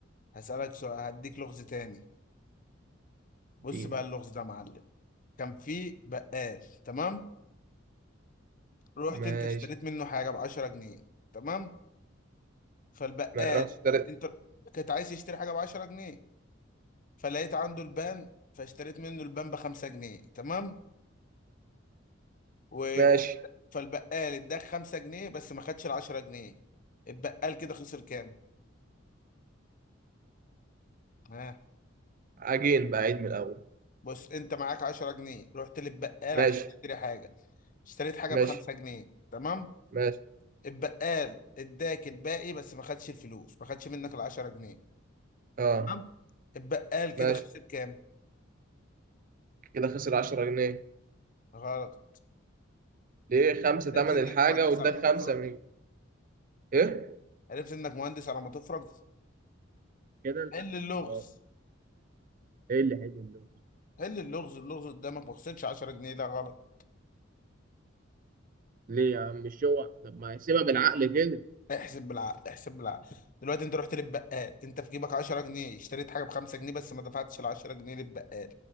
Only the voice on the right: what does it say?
اديني
ماشي
ما رحت اشتريت
ماشي
عجين بقى عيد من الأول
ماشي
ماشي
ماشي
اه
ماشي
كده خسر 10 جنيه
ليه خمسة
تمن
الحاجة
واداك
خمسة من ايه
كده البقال
ما هو ايه اللي هيدي اللون
ليه يا عم مش هو طب ما يحسبها بالعقل كده